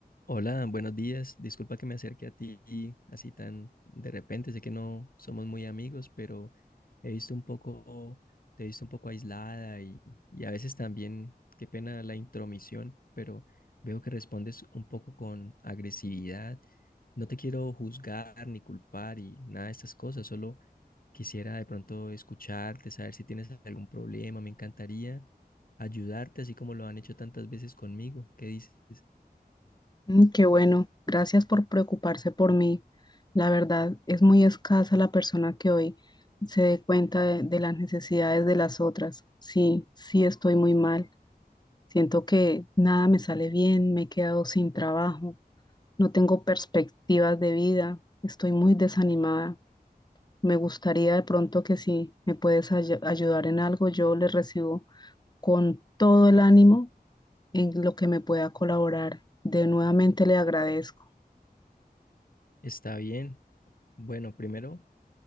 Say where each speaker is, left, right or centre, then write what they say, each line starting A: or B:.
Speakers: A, on the left (about 60°); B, on the left (about 25°).
A: Hola, buenos días. Disculpa que me acerque a ti así tan de repente. Sé que no somos muy amigos, pero he visto un poco, te he visto un poco aislada y, y a veces también, qué pena la intromisión, pero veo que respondes un poco con agresividad. No te quiero juzgar ni culpar y nada de estas cosas. Solo quisiera de pronto escucharte, saber si tienes algún problema. Me encantaría ayudarte, así como lo han hecho tantas veces conmigo. ¿Qué dices?
B: Mm, Qué bueno, gracias por preocuparse por mí. La verdad, es muy escasa la persona que hoy se dé cuenta de, de las necesidades de las otras. Sí, sí estoy muy mal. Siento que nada me sale bien, me he quedado sin trabajo, no tengo perspectivas de vida, estoy muy desanimada. Me gustaría de pronto que si me puedes ay- ayudar en algo, yo les recibo con todo el ánimo en lo que me pueda colaborar. De nuevamente le agradezco.
A: Está bien. Bueno, primero